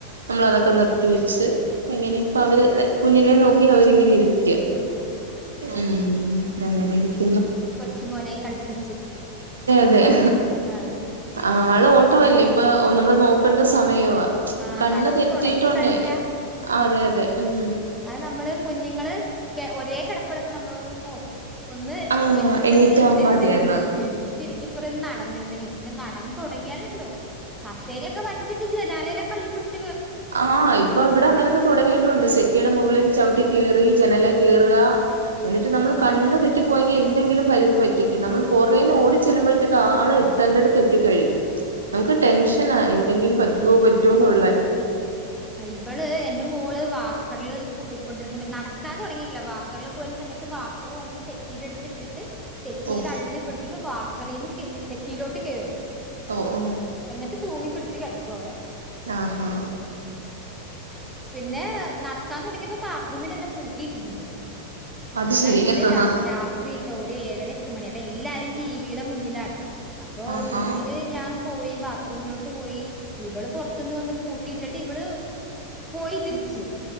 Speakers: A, on the right; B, in the centre.
A: നമ്മള് അതൊക്കെ നിർത്തി വെച്ച് അങ്ങനെ ഇപ്പ അവര് കുഞ്ഞിനെ നോക്കി അവരിങ്ങനെ ഇരിക്കുകാ ഉം നെ
B: കൊച്ച് മോനെയും കളിപ്പിച്ച്
A: അതേ
B: ആഹ്
A: ആള് ഓട്ടമല്ലേ ഇപ്പൊ നമ്മള് നോക്കേണ്ട സമയവ്വാ
B: ആഹ്
A: കണ്ണ്
B: നടന്ന്
A: തെറ്റിയിട്ടൊണ്ടേ
B: തൊടങ്ങിക്കഴിഞ്ഞ
A: അതെ അതെ ഉം
B: അത് നമ്മള് കുഞ്ഞുങ്ങള് ഒരേ കെടപ്പ്കെടക്കുമ്പോ നമ്മൾ നോക്കുമ്പോ ഒന്ന്
A: ആഹ്
B: എണീറ്റ്
A: എണീറ്റാ
B: ഒന്ന് ഇരുന്നിരുന്നെങ്കിൽ
A: മതിയായിരുന്നു
B: എണീറ്റ് ഇരി ഈ പറയുന്ന ആക്ടീവ് നടന്നിരുന്നെങ്കിൽ പക്ഷേ നടന്ന തുടങ്ങിയാനല്ലോ കസേരയൊക്കെ വലിച്ചിട്ട് ജനാലയിലക്കെ കളളിപിടിച്ച്
A: ആ ഇപ്പൊ ഇവിടെ അങ്ങനൊക്കെ തൊടങ്ങിയിട്ടുണ്ട് സെറ്റ് കുട്ടിയുടെ മുകളിലേക്ക് ചവിട്ടി കയറി ജനലേ കയറുക എന്നിട്ട് നമ്മൾ കണ്ണ് തെറ്റി പോയെങ്കിൽ എന്തെങ്കിലും പരിക്ക് പറ്റിക്കും നമ്മൾ പുറേ ഓടി ചെല്ലുമ്പോഴത്തേക്ക് ആള് എത്തേണ്ടടുത്ത് എത്തി കഴിയും നമുക്ക് ടെൻഷനാ എന്തെങ്കിലും പറ്റുവോ പറ്റുവോ എന്നുള്ള
B: ഇവള് എന്റെ മോള് വാക്കറിൽ പോയിക്കൊണ്ടിരുന്ന സയത്ത് നടക്കാന് തുടങ്ങിയിട്ടില്ല വാക്കറില് പോയിരുന്ന സമയത്ത് വാക്കർ ഉണ്ടന്ന് സെറ്റീ അടുത്ത് ഇട്ടിട്ട് സെറ്റീൽ
A: ഓഹ്
B: അള്ളി പിടിച്ചിട്ട് വാ കറിന്ന് കെ സെറ്റിയിലോട്ട് കേറും
A: ഓ ഓ
B: എന്നിട്ട് തൂങ്ങി പിടിച്ച് കെടക്കും നിക്വവിടെ
A: ആഹ് ഹാ
B: പിന്നെ നടക്കാൻ തുടങ്ങിയപ്പോ ബാത്റൂമിൽ എന്നെ പൂട്ടിയിട്ടിട്ടുണ്ട്
A: അത്
B: അതാണെങ്കില്
A: ശരി ആഹാ
B: ര രാത്രി ഇട്ടോ ഒരു ഏഴര എട്ട് മണി അപ്പൊ എല്ലാരും ടിവിയുടെ മുന്നിലാണ് അപ്പോ
A: ആഹാ
B: റൂമില് ഞാൻ പോയി ബാത്റൂമിലോട്ട് പോയി ഇവള് പുറത്തുന്ന് വന്ന് പൂട്ടിയിട്ടട്ട് ഇവള് പോയി തിരിച്ച്